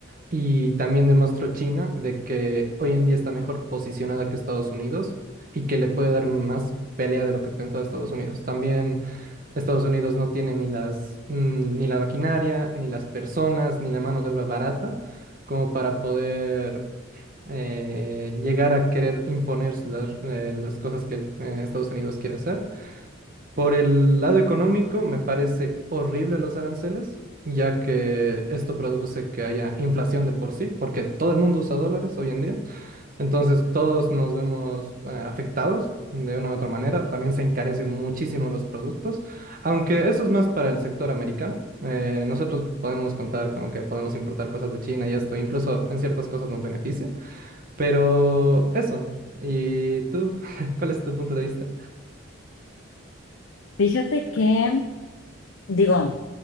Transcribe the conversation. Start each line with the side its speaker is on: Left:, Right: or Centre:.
Right: Y también demostró China de que hoy en día está mejor posicionada que Estados Unidos y que le puede dar más pelea de lo que pensaba Estados Unidos. También Estados Unidos no tiene ni las, mm, ni la maquinaria, ni las personas, ni la mano de obra barata como para poder eh, llegar a querer imponer las, eh, las cosas que eh, Estados Unidos quiere hacer. Por el lado económico, me parece horrible los aranceles, ya que esto produce que haya inflación de por sí, porque todo el mundo usa dólares hoy en día. Entonces todos nos vemos eh, afectados de una u otra manera. También se encarecen muchísimo los productos, aunque eso es más para el sector americano. Eh, nosotros podemos contar con que podemos importar cosas de China y esto incluso en ciertas cosas nos beneficia. Pero eso. ¿Y tú? <laughs> ¿Cuál es tu punto de vista?
Left: Fíjate que, digo,